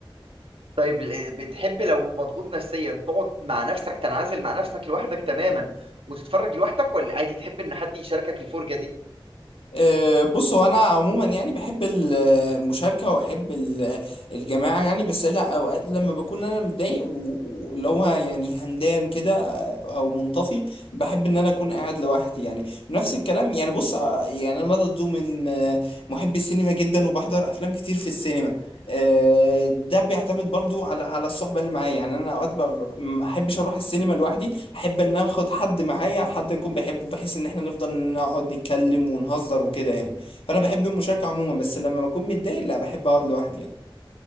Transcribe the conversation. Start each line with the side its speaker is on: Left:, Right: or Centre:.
Right: طيب بتحب لو مضغوط نفسيا تقعد مع نفسك تنعزل مع نفسك لوحدك تماما وتتفرج لوحدك ولا عادي تحب ان حد يشاركك الفرجة دي
Left: أه، بص هو انا عموما يعني بحب المشاركه واحب ال- الجماعه يعني بس لا اوقات لما بكون انا متضايق و- واللي هو يعني هندان كده او منطفي بحب ان انا اكون قاعد لوحدي يعني نفس الكلام يعني بص أه، يعني انا برضه من أه، محبي السينما جدا وبحضر افلام كتير في السينما آه، ده بيعتمد برضو على على الصحبه اللي معايا يعني انا اوقات ب- ما احبش اروح السينما لوحدي احب ان اخد حد معايا حد يكون بحبه بحيث ان احنا نفضل نقعد نتكلم ونهزر وكده يعني فانا بحب المشاركه عموما بس لما بكون متضايق لا بحب اقعد لوحدي يعني